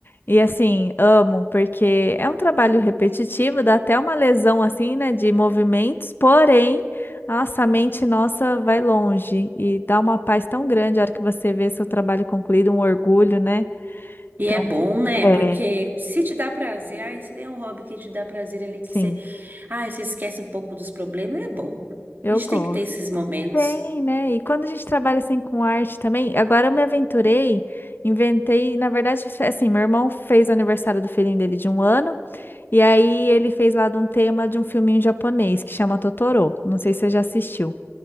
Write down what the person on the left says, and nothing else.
e assim, amo, porque é um trabalho repetitivo, dá até uma lesão assim, né, de movimentos, porém, nossa, a mente nossa vai longe e dá uma paz tão grande a hora que você vê seu trabalho concluído, um orgulho, né?
Então,
é,
sim,
eu
gosto.
Tem, né? E quando a gente trabalha assim com arte também, agora eu me aventurei, inventei, na verdade, assim, meu irmão fez o aniversário do filhinho dele de um ano, e aí ele fez lá de um tema de um filminho japonês que chama Totoro. Não sei se você já assistiu.